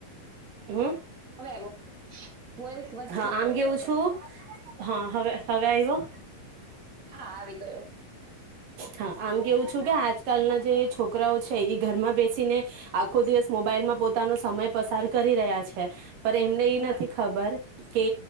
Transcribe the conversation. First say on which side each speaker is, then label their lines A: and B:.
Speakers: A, on the right; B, on the right.
A: હમ
B: હવે આવ્યો વોઇસ. વચ્ચે
A: હા
B: જતો
A: આમ કેવું
B: રહ્યો હતો.
A: છું. હા હવે હવે આવ્યો
B: હા આવી ગયો
A: હા, આમ કેવું છું કે આજ કલના જે છોકરાઓ છે એ ઘરમાં બેસીને આખો દિવસ મોબાઈલમાં પોતાનો સમય પસાર કરી રહ્યા છે. પર એમને એ
B: હા
A: નથી ખબર કે